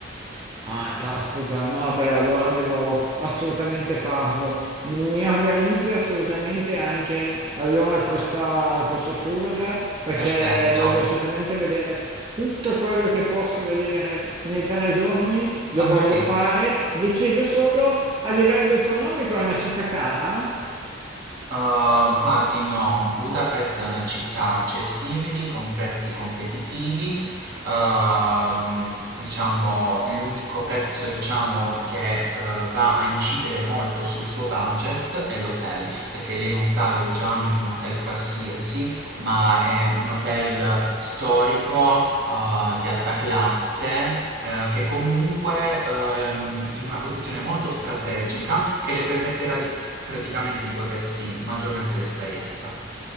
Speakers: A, on the right; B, on the right.
A: Ah, caspita, no, beh, allora devo assolutamente farlo. Mi organizzi assolutamente anche allora questa, questo tour perché
B: Perfetto.
A: voglio assolutamente vedere tutto quello che posso vedere nei tre giorni, lo
B: Ok.
A: voglio fare. Le chiedo solo a livello economico è una città cara?
B: Ah, guardi, no, Budapest è una città accessibile, con prezzi competitivi. Ehm, diciamo, l'unico prezzo, diciamo, che eh, va a incidere molto sul suo budget è l'hotel, perché lei non sta alloggiando in un hotel qualsiasi, ma è un hotel storico eh, di alta classe eh, che comunque ehm, in una posizione molto strategica che le permetterà di praticamente di godersi maggiormente l'esperienza.